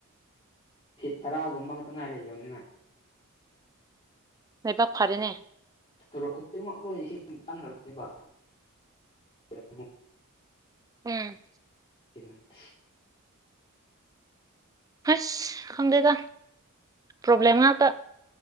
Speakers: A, on the left (about 30°); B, on the right (about 15°).
A: ꯐꯤꯠ ꯇꯔꯥꯒꯨꯝꯕ ꯈꯛꯇ ꯉꯥꯏꯔꯦ ꯌꯧꯅꯤꯡꯉꯥꯏ
B: ꯂꯥꯏꯕꯛ ꯐꯔꯦꯅꯦ
A: ꯊꯣꯔꯛ ꯈꯨꯗꯤꯡꯃꯛ ꯂꯣꯏ ꯏꯁꯤꯡ ꯆꯪꯈ꯭ꯔꯕꯅꯦꯕ <unintelligible> ꯑꯃꯨꯛ
B: ꯎꯝ
A: <unintelligible>
B: ꯍꯁ ꯈꯪꯗꯦꯗ ꯄ꯭ꯔꯣꯕ꯭ꯂꯦꯝ ꯉꯥꯛꯇ